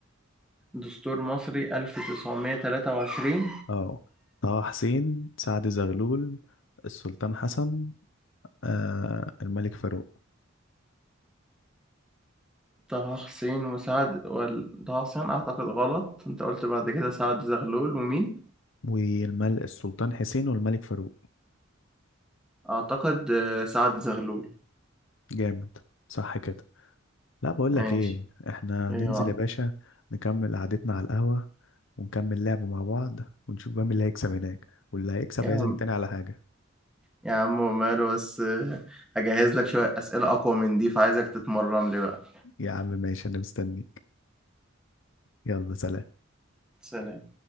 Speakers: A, in the centre; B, on the left (about 65°).
A: دستور مصري 1923
B: اه طه حسين سعد زغلول السلطان حسن آه الملك فاروق
A: طه حسين وسعد وال... طه حسين أعتقد غلط أنت قلت بعد كده سعد زغلول ومين؟
B: والملك السلطان حسين والملك فاروق
A: أعتقد آه، سعد زغلول
B: جامد صح كده لا بقول
A: ماشي
B: لك ايه احنا
A: أيوة
B: ننزل يا باشا نكمل قعدتنا على القهوة ونكمل لعب مع بعض ونشوف بقى مين اللي هيكسب هناك واللي هيكسب
A: يا عم
B: هيعزم التاني على حاجة
A: يا عم وماله بس آه، هجهز لك شوية أسئلة أقوى من دي فعايزك تتمرن لي بقى
B: يا عم ماشي انا مستنيك يلا سلام
A: سلام